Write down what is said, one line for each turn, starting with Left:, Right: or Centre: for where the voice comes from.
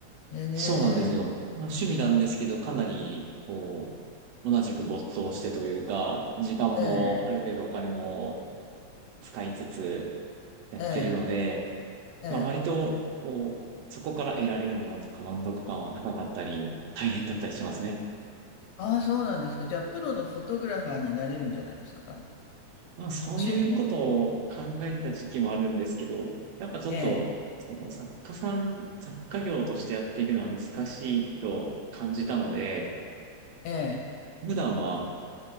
Left: へえ、
Right: そうなんですよ。まあ、趣味なんですけど、かなり、こう、同じく没頭してというか、時間もある程度お金も
Left: ええ、
Right: 使いつつやってるので、
Left: ええ、ええ。
Right: まあ割と、こう、そこから得られるものとか満足感は高かったり、大変だったりしますね。
Left: ああ、そうなんですか。じゃあ、プロのフォトグラファーになれるんじゃないですか
Right: まあそういうことを考えてた時期もあるんですけど、
Left: 趣味も。
Right: やっぱちょっと、
Left: ええ、
Right: その作家さん、作家業としてやっていくのは難しいと感じたので、
Left: ええ、
Right: 普段は